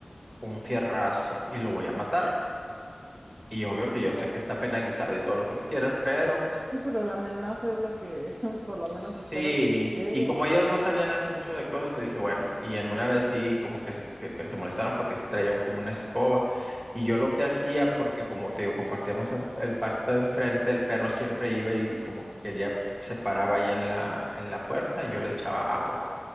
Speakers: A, on the right (about 20°); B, on the right (about 40°).
A: un fierrazo y lo voy a matar. Y obvio que yo sé
B: eh.
A: que está penalizado y todo lo que tú quieras, pero
B: Sí, pero la amenaza es la que <laughs> por lo menos
A: Sí,
B: esperas que llegue.
A: y como ellos no sabían así mucho de cosas, le dije, bueno, y en una vez sí, como que se, se- que se molestaron porque sí traía un- como una escoba. Y yo lo que hacía, porque como te digo, compartíamos en- el parte de enfrente, el perro siempre iba y, y como que quería, se paraba ahí en la, en la puerta y yo le echaba agua.